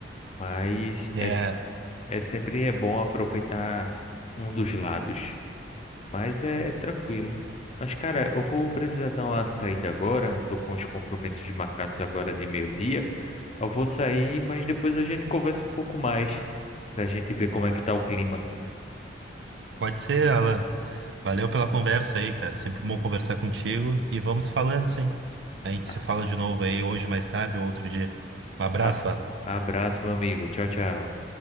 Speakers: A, on the left; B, on the right.
A: Mas
B: É,
A: é, s- é sempre é bom aproveitar um dos lados. Mas é tranquilo. Mas, cara, eu vou precisar dar uma saída agora. Tô com os compromissos marcados agora de meio-dia. Eu vou sair, mas depois a gente conversa um pouco mais pra gente ver como é que tá o clima.
B: pode ser, Alan. Valeu pela conversa aí, cara. Sempre bom conversar contigo e vamos falando, sim. A gente
A: Ah,
B: se fala de novo aí hoje, mais tarde ou outro dia. Um abraço,
A: tá.
B: Alan.
A: Abraço, meu amigo. Tchau, tchau.